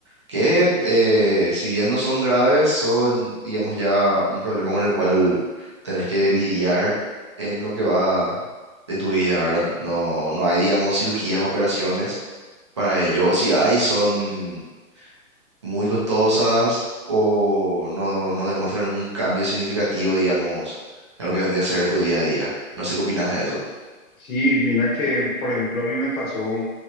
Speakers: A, on the right (about 20°); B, on the left (about 70°).
A: Que eh, si bien no son graves, son, digamos, ya un problema con el cual tenés que lidiar en lo que va de tu vida, ¿verdad? No, no hay, digamos, cirugías, operaciones para ello, o si hay, son muy costosas o no, no demuestran un cambio significativo, digamos, en lo que vendría a ser tu día a día. No sé qué opinas de eso.
B: Sí, mira que, por ejemplo, a mí me pasó